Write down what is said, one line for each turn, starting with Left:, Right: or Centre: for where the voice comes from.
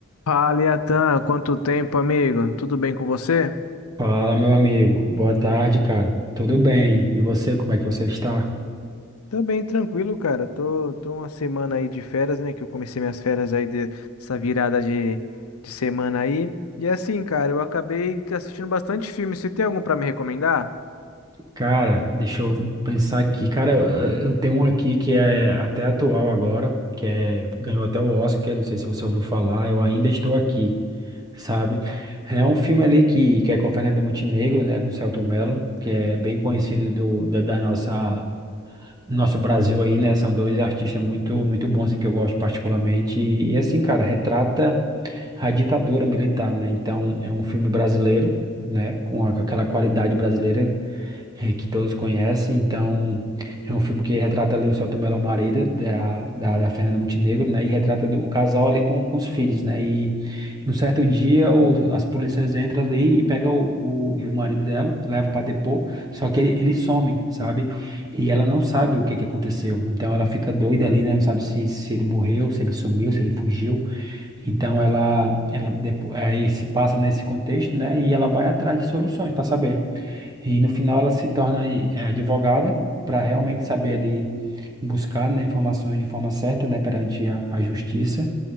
Left: Fala, Iatan, quanto tempo, amigo? Tudo bem com você?
Right: Fala, meu amigo. Boa tarde, cara. Tudo bem? E você, como é que você está?
Left: Também tranquilo, cara. Tô, tô uma semana aí de férias, né? Que eu comecei minhas férias aí de- dessa virada de, de semana aí. E assim, cara, eu acabei assistindo bastante filme. Você tem algum pra me recomendar?
Right: Cara, deixa eu pensar aqui. Cara, eu, eu tenho um aqui que é até atual agora, que é, ganhou até o Oscar, não sei se você ouviu falar, Eu Ainda Estou Aqui, sabe? É um filme ali que, que é com a Fernanda Montenegro, né, com o Selton Mello, que é bem conhecido do, da, da nossa... Nosso Brasil aí, né? São dois artistas muito, muito bons, assim, que eu gosto particularmente. E, e assim, cara, retrata a ditadura militar, né? Então, é um filme brasileiro, né? Com a- com aquela qualidade brasileira eh, que todos conhecem. Então, é um filme que retrata ali o Selton Mello, o marido da, da, da Fernanda Montenegro, né? E retrata do- o casal ali com, com os filhos, né? E e um certo dia o- as polícias entram ali e pegam o, o, o marido dela, leva para depor, só que ele, ele some, sabe? E ela não sabe o que que aconteceu. Então, ela fica doida ali, né? Não sabe se, se ele morreu, se ele sumiu, se ele fugiu. Então ela, ela depo- aí se passa nesse contexto, né? E ela vai atrás de soluções para saber. E no final ela se torna eh, advogada para realmente saber ali buscar, né, informações de forma certa, né, perante a, a justiça.